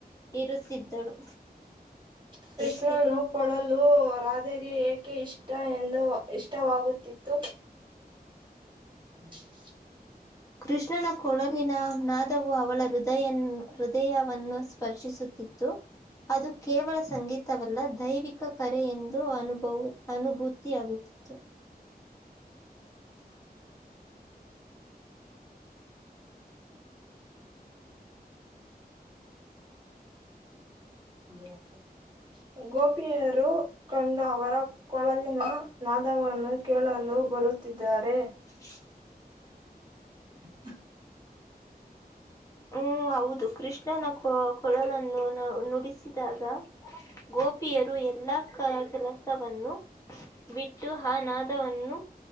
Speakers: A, on the left (about 20°); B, on the right (about 30°).
A: ಇರುತ್ತಿದ್ದಳು
B: ಕೃಷ್ಣನು
A: ಎತ್ತಿರು
B: ಕೊಳಲು ರಾದ್ ಅದಗೆ ಏಕೆ ಇಷ್ಟ ಎಂದು ಇಷ್ಟವಾಗುತ್ತಿತ್ತು <inaudible>
A: ಕೃಷ್ಣನ ಕೊಳಲಿನ ನಾದವು ಅವಳ ಹೃದ ಹೃದಯ ಹೃದಯವನ್ನು ಸ್ಪರ್ಶಿಸುತ್ತಿತ್ತು ಅದು ಕೇವಲ ಸಂಗೀತವಲ್ಲ ದೈವಿಕ ಕರೆ ಎಂದು ಅನು ಅನುಭೂತಿಯಾಗುತ್ತ <inaudible>
B: <inaudible> ಗೋಪಿಯರು ಕಂಡ ಅವರ ಕೊಳಲಿನ ನಾದವನ್ನು ಕೇಳಲು ಬರುತ್ತಿದ್ದಾರೆ
A: <inaudible>
B: <inaudible>
A: ಹ್ಮ ಹೌದು ಕೃಷ್ಣನ ಕೊಳಲನ್ನು ಬಿಸಿದಾಗ ಗೋಪಿಯರು ಎಲ್ಲಾ ಕೆಲಸವನ್ನು ಬಿಟ್ಟು ಆ ನಾದವನ್ನು